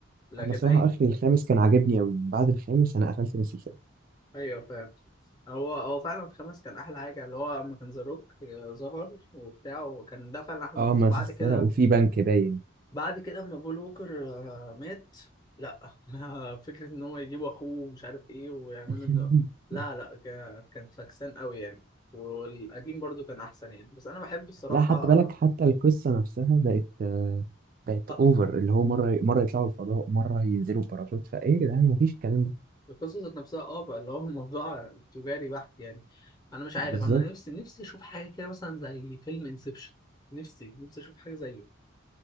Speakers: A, on the left; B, on the right.
A: لكن
B: انا صراحه
A: أي
B: اخر الخامس كان عاجبني قوي بعد الخامس انا قفلت من السلسله
A: أيوه فاهم هو هو فعلا الخامس كان أحلى حاجة اللي هو لما كان ذا روك ظهر وبتاع وكان ده فعلا أحلى
B: اه
A: جزء
B: ما
A: بعد
B: سرقوا
A: كده
B: في بنك باين
A: بعد كده اما بول ووكر آه، مات لا <laughs> فكرة ان هو يجيبوا اخوه ومش عارف ايه ويعملوا
B: <laughs>
A: انه لا لا ك- كان فاكسان قوي يعني والقديم برضو كان احسن يعني بس انا بحب الصراحة
B: لا حتى بالك حتى القصه نفسها بقت آه، بقت
A: آه،
B: اوفر اللي هو مره مره يطلعوا الفضاء مره ينزلوا باراشوت فايه يا جدعان مفيش الكلام ده
A: القصة ذات نفسها اه بقى اللي هو <laughs> الموضوع تجاري بحت يعني انا مش عارف
B: بالظبط
A: انا نفسي نفسي اشوف حاجة كده مثلا زي فيلم انسبشن نفسي نفسي اشوف حاجة زيه